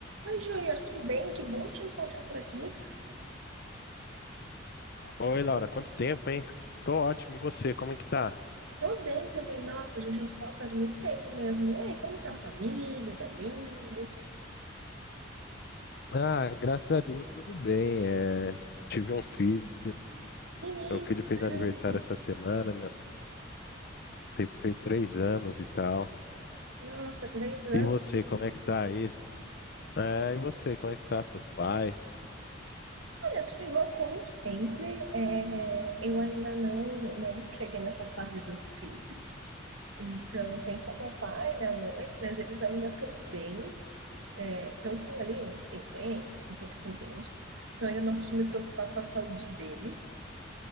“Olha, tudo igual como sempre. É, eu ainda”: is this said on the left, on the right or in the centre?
Right